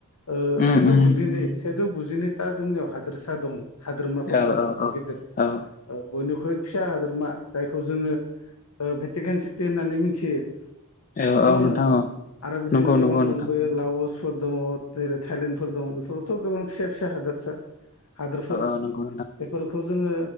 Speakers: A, on the left; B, on the left.
A: ओ
B: उम
A: सेजौ
B: उम
A: गुजिनै सेजौ गुजिनैथा जोंनियाव हादोरसा दङ। हाद्रोमाफोर
B: औ
A: दं
B: औ
A: गिदिर गिदिर
B: औ
A: ओ बयनिख्रुइ फिसा हादोरमा जायखौ जोङो ओ भेटिकेन सिटि होननानै मिथियो।
B: औ
A: नङा
B: औ नोंथां
A: मोंथां
B: औ
A: आरो बिदिनो
B: नंगौ
A: गोबां
B: नंगौ नोंथां
A: दंबोयो। लउसफोर दङ जेरै थाइलेनडफोर दङ बेफोरावथ' गोबां फिसा फिसा हादोरसा। हादोरफोर
B: ओ नंगौ
A: बेफोरखौ जोङो